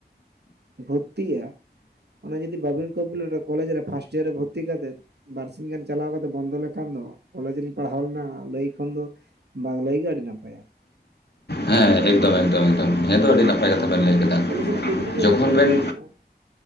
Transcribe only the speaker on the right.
ᱵᱷᱚᱛᱛᱤᱟᱜᱼᱟ ᱚᱱᱟ ᱡᱩᱫᱤ ᱵᱟᱵᱤᱱ ᱠᱚᱯᱞᱤᱴᱟ ᱠᱚᱞᱮᱡ ᱨᱮ ᱯᱷᱟᱥᱴ ᱤᱭᱟᱨ ᱨᱮ ᱵᱷᱚᱨᱛᱤ ᱠᱟᱛᱮᱫ ᱵᱟᱨᱥᱤᱧ ᱜᱟᱱ ᱪᱟᱞᱟᱣ ᱠᱟᱛᱮ ᱵᱚᱱᱫᱚ ᱞᱮᱠᱷᱟᱱ ᱫᱚ ᱠᱚᱞᱮᱡ ᱨᱤᱧ ᱯᱟᱲᱦᱟᱣ ᱞᱮᱱᱟ ᱞᱟᱹᱭ ᱠᱷᱚᱱ ᱫᱚ ᱵᱟᱝ ᱞᱟᱹᱭ ᱜᱮ ᱟᱹᱰᱤ ᱱᱟᱯᱟᱭᱟ
ᱠᱚᱞᱮᱡᱽ ᱨᱮ ᱰᱤᱜᱽᱨᱤ ᱜᱮ
ᱵᱟᱹᱱᱩᱜᱼᱟᱱ
ᱛᱟᱵᱮᱱᱟ ᱦᱟᱸᱜ